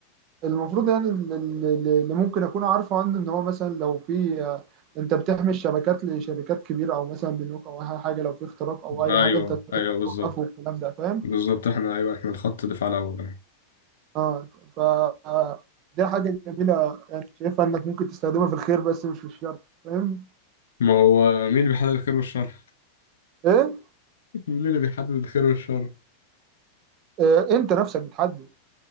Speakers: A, on the right; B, on the left.
A: المفروض يعني ال- ال- اللي ممكن اكون عارفه عنه ان هو مثلا لو في آه، انت بتحمي الشبكات لشركات كبيره او مثلا بنوك او اي حاجه لو في اختراق او اي
B: ايوه
A: حاجه انت بتقدر
B: ايوه بالظبط
A: توقفه والكلام ده فاهم
B: بالظبط احنا ايوه احنا الخط دفاع الاول أهو.
A: اه ف آه، دي حاجه جميله يعني شايفها انك ممكن تستخدمها في الخير بس مش في الشر فاهم
B: ما هو مين اللي بيحدد الخير والشر
A: ايه
B: <laughs> مين اللي بيحدد الخير والشر
A: آه، انت نفسك بتحدد